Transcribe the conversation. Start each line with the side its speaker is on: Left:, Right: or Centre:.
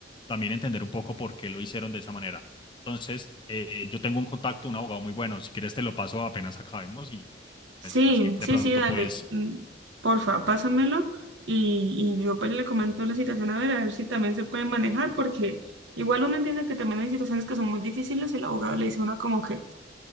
Left: también entender un poco por qué lo hicieron de esa manera. Entonces, eh, yo tengo un contacto, un abogado muy bueno. Si quieres, te lo paso apenas acabemos y
Right: Sí,
Left: pues así de
Right: sí,
Left: pronto,
Right: sí, dale.
Left: pues
Right: mm, Porfa, pásamelo y, y yo pues le comento la situación a ver, a ver si también se puede manejar, porque igual uno entiende que también hay situaciones que son muy difíciles y el abogado le dice a uno como que